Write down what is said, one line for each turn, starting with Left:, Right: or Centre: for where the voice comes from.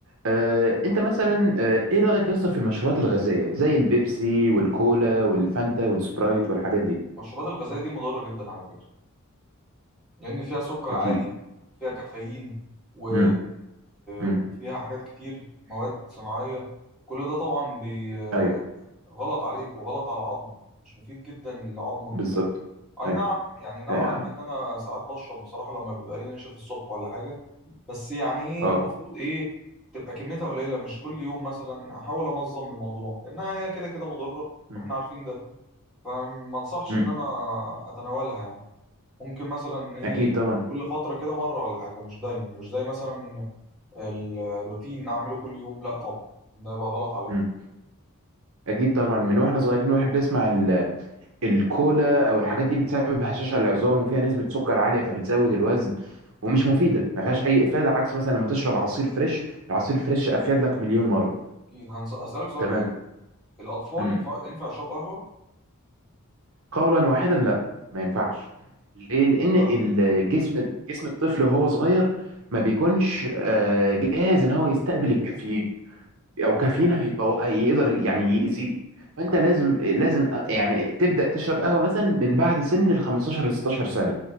Right: آه، انت مثلا آه، ايه رايك يا اسطى في المشروبات الغازيه زي البيبسي والكولا والفانتا والسبرايت والحاجات دي
Centre: المشروبات الغازيه دي مضره جدا على فكره لان فيها سكر
Right: اكيد
Centre: عالي فيها كافيين و...
Right: امم امم
Centre: وفيها حاجات كتير مواد صناعيه كل ده طبعا بي...
Right: ايوه
Centre: غلط عليك وغلط على عظمك مش مفيد جدا لعظمك
Right: بالظبط
Centre: وكده اي
Right: ايوه
Centre: نعم يعني نوعا
Right: اه
Centre: ما ان انا ساعات بشرب بصراحه لما بيبقى لي نشف الصبح ولا حاجه بس يعني ايه
Right: آه.
Centre: المفروض ايه تبقى كميتها قليله مش كل يوم مثلا احاول انظم الموضوع لانها هي كده كده مضره
Right: مم.
Centre: واحنا عارفين ده فما انصحش
Right: مم.
Centre: ان انا اتناولها يعني ممكن مثلا ايه
Right: اكيد طبعا
Centre: كل فتره كده مره ولا حاجه مش دايما مش زي مثلا الروتين اعمله كل يوم لا طبعا ده يبقى غلط عليا
Right: مم. اكيد طبعا من واحنا صغيرين واحنا بنسمع ال- الكولا او الحاجات دي بتسبب هشاشه للعظام وفيها نسبه سكر عاليه فبتزود الوزن
Centre: مم.
Right: ومش مفيده ما فيهاش اي افاده عكس مثلا لما تشرب عصير فريش العصير فريش افيد لك مليون مره
Centre: اكيد هنس- هسالك سؤال
Right: تمام
Centre: حلو الاطفال
Right: مم.
Centre: ينفع ينفع يشربوا قهوه
Right: قولا واحدا لا ما ينفعش ليه لان
Centre: ليه بقى
Right: الجسم جسم الطفل وهو صغير ما بيكونش آه، جاهز ان هو يستقبل الكافيين
Centre: مم.
Right: او كافيين هيبقى هيقدر يعني يأذيه فانت لازم لازم يعني تبدأ تشرب قهوة مثلا من بعد سن ال 15 ل 16 سنة